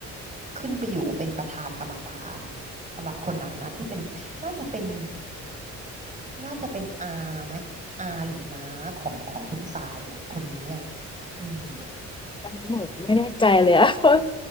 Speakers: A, on the right; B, on the left.
A: ขึ้นไปอยู่เป็นประธานกรรมการสำหรับคนนั้นนะที่เป็นน่าจะเป็นน่าจะเป็นอาไหมอาหรือน้าของของคุณทรายแหละคนนี้อ่ะอืม
B: อันนี้หนูไม่แน่ใจเลยอะ <laughs> เพราะ